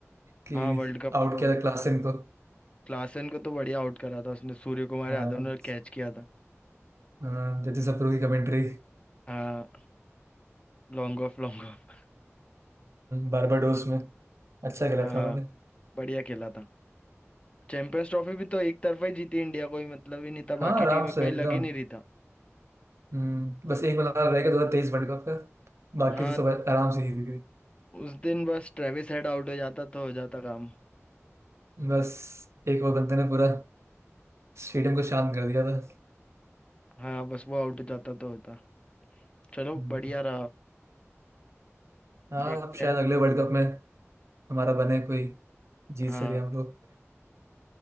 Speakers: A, on the right; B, on the left.
A: कि
B: हाँ वर्ल्ड कप
A: आउट
B: में तो
A: किया था क्लासन को
B: क्लासन को तो बढ़िया आउट करा था उसने सूर्य कुमार
A: हाँ
B: यादव ने कैच किया था
A: हाँ, जतिन सप्रू की कमेंट्री
B: हाँ लॉन्ग ऑफ लॉन्ग ऑफ
A: बारबाडोस में अच्छा खेला
B: हाँ।
A: था उन्होंने
B: बढ़िया खेला था चैंपियंस ट्रॉफी भी तो एक तरफा ही जीती इंडिया कोई मतलब ही नहीं था
A: हाँ
B: बाकी
A: आराम
B: टीम में कहीं
A: से एकदम
B: लग ही नहीं रही था
A: हम्म बस एक मलाल रह गया दो हजार तेईस वर्ल्ड कप का बाकी
B: हाँ
A: तो सब आराम से जीत गए
B: उस दिन बस ट्रेविस हेड आउट हो जाता तो हो जाता काम
A: बस एक और बंदे ने पूरा स्टेडियम को शांत कर दिया था
B: हाँ बस वो आउट हो जाता तो होता चलो
A: हम्म।
B: बढ़िया रहा
A: हाँ
B: देखते
A: अब शायद
B: हैं
A: अगले वर्ल्ड कप में हमारा बने कोई जीत
B: हाँ
A: सके हम लोग